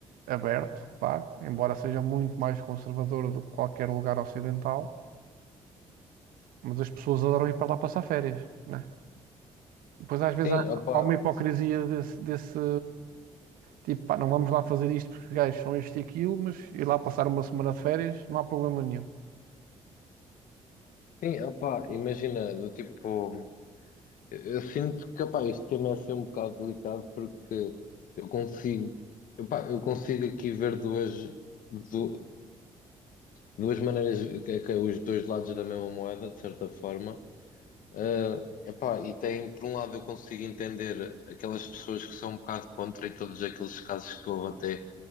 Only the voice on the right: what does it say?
aberto, claro, embora seja muito mais conservador do que qualquer lugar ocidental, mas as pessoas adoram ir para lá passar férias, né? Pois às vezes
há,
há uma hipocrisia desse, desse, Tipo, pá, não vamos lá fazer isto porque os gajos são isto e aquilo, mas ir lá passar uma semana de férias não há problema nenhum.